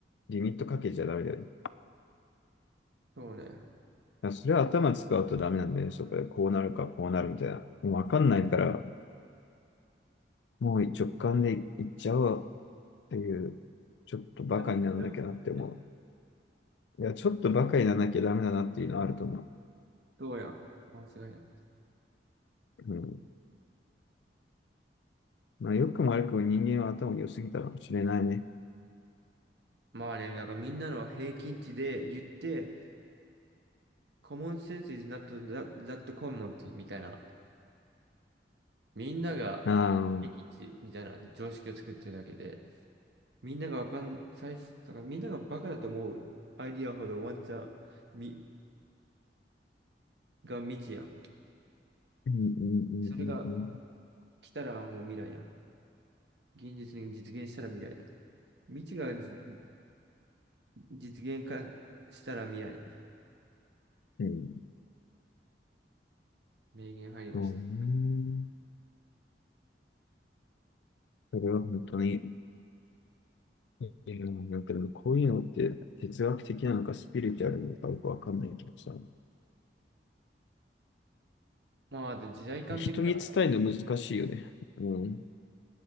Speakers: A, on the left (about 80°); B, on the right (about 70°).
A: リミットかけちゃダメだよね。
B: そうね。
A: だからそれは頭使うとダメなんだよね。そこでこうなるかこうなるみたいな。もうわかんないから、もう直感でいっちゃおうっていう、ちょっとバカにならなきゃなって思
B: みたいな。
A: う。いや、ちょっとバカにならなきゃダメだなっていうのはあると思
B: そうやん。間違いない。
A: う。うん。まあ、良くも悪くも人間は頭良すぎたかもしれないね。
B: まあね、なんかみんなの平均値で言って、common sense is not that, that common みたいな。みんなが
A: ああ、うん
B: 平均値みたいな常識を作ってるだけで、みんながわかん、最初、だからみんながバカだと思うアイディアほどワンチャンみが未知やん。
A: うんうんうん
B: それが来たらもう未来やん。現実に実現したら未来だ。未知がじ実現化したら未来だね。
A: うん。うん。
B: 名言入りました。
A: うねそれは本当にいや、なんかでもこういうのって哲学的なのかスピリチュアルなのかよくわかんないけどさ、
B: まあ、あと時代感的には、
A: 人に伝えるの難しいよね。うん。